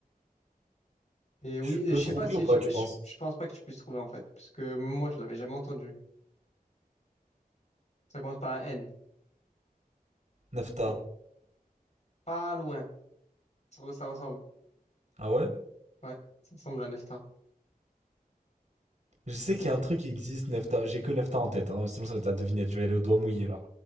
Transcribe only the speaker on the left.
Et oui,
euh,
je
sais pas si
tu...
Je,
je pense pas que tu puisses trouver, en fait. Parce que moi, je l'avais jamais entendu. Ça commence par un N.
Mais pas loin. Ça, re- ça ressemble.
Ouais, ça ressemble à Neftar.
Mais...